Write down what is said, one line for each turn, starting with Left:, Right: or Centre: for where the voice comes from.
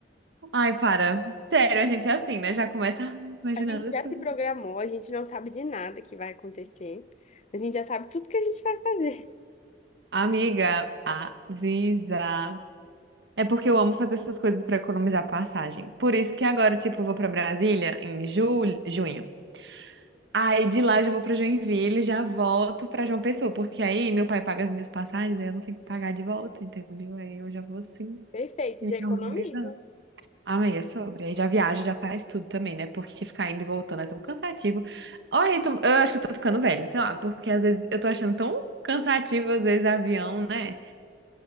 Right: Ai, para. Sério, a gente é assim, né? Já começa, ai, imaginando
Left: A gente já
Right: tudo.
Left: se programou, a gente não sabe de nada que vai acontecer. A gente já sabe tudo que a gente vai fazer.
Right: Amiga, avisa. É porque eu amo fazer essas coisas pra economizar passagem. Por isso que agora, tipo, eu vou pra Brasília em julho, junho. Aí de lá eu já vou para Joinville, e já volto para João Pessoa, porque aí meu pai paga as minhas passagens, aí eu não tenho que pagar de volta, entendeu? Aí eu já vou assim,
Left: Perfeito,
Right: me
Left: já economiza.
Right: organizando. Amanhã é sobre. Aí já viaja, já faz tudo também, né? Porque ficar indo e voltando é tão cansativo. Olha, eu eu acho que eu tô ficando velha, sei lá, porque às vezes eu tô achando tão cansativo, às vezes, avião, né?